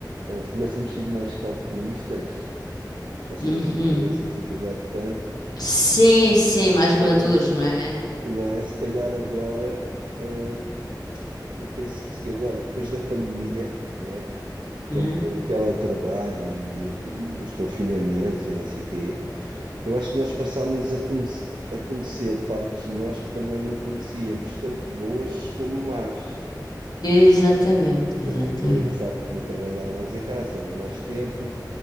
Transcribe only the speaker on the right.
Eh, se tivéssemos sido mais calculistas, ou se
não tivéssemos entregado tanto,
estás a ver?
Não é? Se calhar agora, eh, eu penso que se agora, depois da pandemia, né? Quando
foi o teletrabalho e, e os confinamentos e não sei o quê, eu acho que nós passámos a conhecer, a conhecer partes de nós que também não conhecíamos, tanto boas como más.
Estás
a ver o facto de eu trabalhar mais em casa, estamos mais tempo.